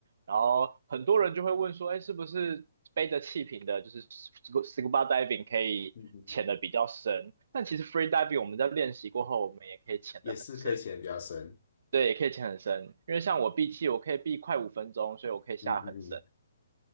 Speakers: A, on the right; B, on the left.
A: 然后很多人就会问说，哎，是不是背着气瓶的，就是 scu- scuba diving 可以潜的比较深？
B: 嗯嗯，嗯
A: 但其实 free diving 我们在练习过后，我们也可以潜的很深，
B: 也是可以潜得比较深。
A: 对，也可以潜很深，因为像我闭气，我可以闭快五分钟，所以我可以下很深。
B: 嗯嗯嗯，